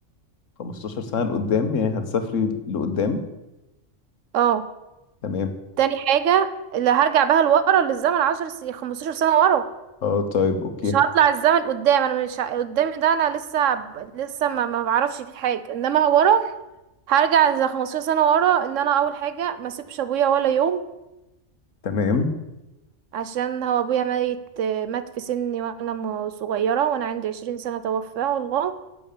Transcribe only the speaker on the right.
اه
تاني حاجه اللي هرجع بيها لورا للزمن 10 س... 15 سنه ورا
مش هطلع الزمن قدام انا مش ه- قدامي ده انا لسه ب- لسه ما ما بعرفش فيه حاجه انما ورا هرجع زي 15 سنه ورا ان انا اول حاجه ما اسيبش ابويا ولا يوم
عشان هو ابويا ميت مات في سني وانا م- صغيره وانا عندي 20 سنه توفاه والله